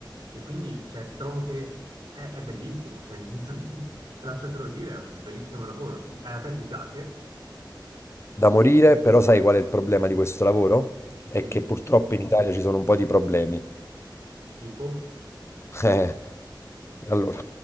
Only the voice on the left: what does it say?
da morire, però sai qual è il problema di questo lavoro? È
che purtroppo in Italia ci sono un po' di problemi.
Eh, allora,